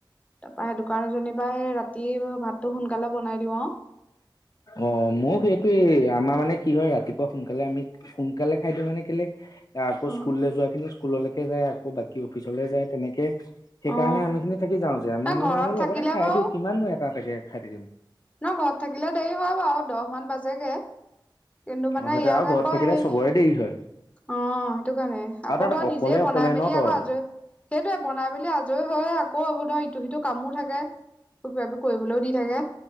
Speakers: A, on the left; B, on the left.
A: তাৰপা সেইটো কাৰণে জনিবা সেই ৰাতি ভাতটো সোনকালে বনাই দিওঁ আওঁ।
B: অ', মোক সেইটোয়ে আমাৰ মানে কি হয় ৰাতিপুৱা সোনকালে আমি সোনকালে খাই দিওঁ মানে কেলে আকৌ
A: অ
B: স্কুললে যোৱা খিনি স্কুললৈকে যায় অ', বাকী অফিচলে যায় তেনেকে সেইকাৰণে
A: অ
B: আমি খিনি থাকি যাওঁ যে আমিও
A: ন ঘৰত থাকিলে
B: লগতে খাই
A: বাৰু
B: দিওঁ কিমান এটা একে খাই থাকিম।
A: ন ঘৰত থাকিলে দেৰি হয় বাৰু দহ মান বাজেগে কিন্তু মানে
B: অ সেইটো
A: ইয়াত
B: আৰু ঘৰত
A: আকৌ
B: থাকিলে
A: হে
B: চবৰে দেৰি হয়
A: অ'। সেইটো কাৰণে আকৌ
B: আৰু তাত
A: ধৰা
B: অকলে
A: নিজে বনাই
B: অকলে
A: মেলি
B: ন তই
A: আকৌ আজৰি সেইটোয়ে বনাই মেলি আজৰি হয় আকৌ হ'ব ন ইটো সিটো কামো থাকে কিবা কিবি কৰিবলৈও দি থাকে